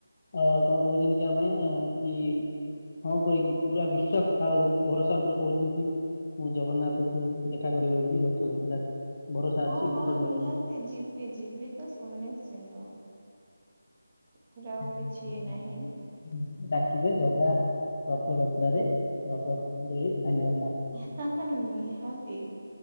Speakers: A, on the left; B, on the right.
A: ଅ କଣ କହୁଛନ୍ତି ଯେ ଆମେ କି ହଁ କହିକି ପୁରା ବିଶ୍ଵାସ ଆଉ ଭରସା ଉପରେ କହୁଛନ୍ତି କି? ମୁଁ ଜଗନ୍ନାଥଙ୍କୁ ଦେଖା କରିବାକୁ ଯିବି ରଥଯାତ୍ରାରେ। ଭରସା ଅଛି
B: ହଁ
A: ବିଶ୍ଵାସ
B: ହଁ ନିହାତି
A: ଅଛି।
B: ଯିବି ଯିବି ତ ସୁନିିଶ୍ଚିନ୍ତ। ସେଥିରେ
A: ସେ
B: ଆଉ
A: ଆପଣଙ୍କୁ
B: କିଛି
A: ଜଗା
B: ନାହିଁ।
A: ଦେବେ। ଡାକିବେ ଜଗା ରଥଯାତ୍ରରେ ରଥ ଦେଇ ଟାଣିବା ପାଇଁ।
B: ହେହେହେ ନିହାତି।